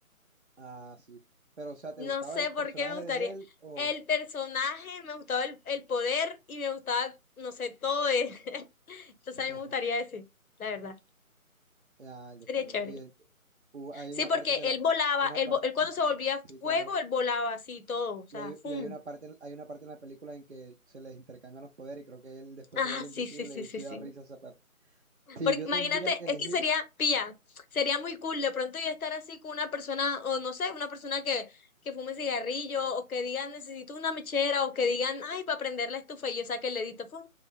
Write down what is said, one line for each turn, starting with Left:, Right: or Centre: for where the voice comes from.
Right: Ah, sí. Pero, o sea, ¿te
Left: No
Right: gustaba
Left: sé
Right: el personaje
Left: por qué me gustaría.
Right: de él o
Left: El personaje, me gustaba el, el poder y me gustaba, no sé, todo de... <laughs> Entonces
Right: <laughs>
Left: a mí me gustaría ese, la verdad.
Right: ah, el de
Left: Sería
Right: fuego?
Left: chévere.
Right: Y el, hubo- hay
Left: Sí,
Right: una
Left: porque
Right: parte donde
Left: él
Right: la,
Left: volaba,
Right: una
Left: él,
Right: parte,
Left: vo- él cuando se volvía
Right: sí,
Left: fuego,
Right: claro.
Left: él volaba así todo, o sea,
Right: Y hay,
Left: ¡fum!
Right: y hay una parte, en- hay una parte en la película en que se les intercambian los poderes y creo que él después
Left: Ah,
Right: se vuelve invisible
Left: sí, sí, sí,
Right: y
Left: sí,
Right: sí
Left: sí.
Right: da risa esa parte. Si
Left: Porque
Right: yo
Left: imagínate,
Right: tendría que elegir,
Left: es que sería, pilla, sería muy cool de pronto yo estar así con una persona, o no sé, una persona que, que fume cigarrillo, o que digan, necesito una mechera, o que digan, ay, para prender la estufa, y yo saque el dedito, ¡fum!